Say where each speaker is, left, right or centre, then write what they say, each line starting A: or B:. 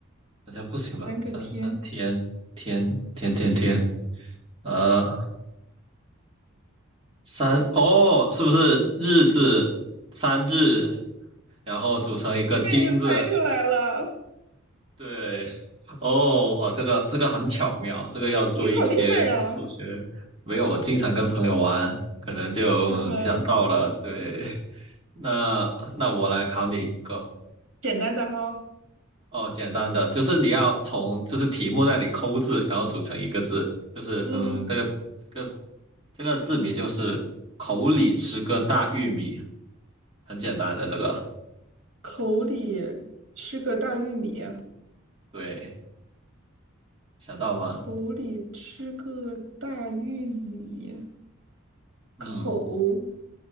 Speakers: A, on the right; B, on the right.
A: 好像不行吧？
B: 三个天，
A: 三三天天天天天，呃。三哦，是不是日字三日，然后组成一个金字？
B: 被你猜出来了，
A: 对，哦，哇，这个这个很巧妙，这个要做一些数学。
B: 你好厉害呀，
A: 没有，我经常跟朋友玩，可能就嗯想到了。
B: 是吗？
A: 对，那那我来考你一个
B: 简单的哈，
A: 哦，简单的，就是你要从就是题目那里抠字，然后组成一个字，就是嗯，
B: 嗯，
A: 这个这个这个字谜就是口里吃个大玉米，很简单的这个。
B: 口里吃个大玉米，
A: 对，想到吗？
B: 口里吃个大玉米，
A: 嗯
B: 口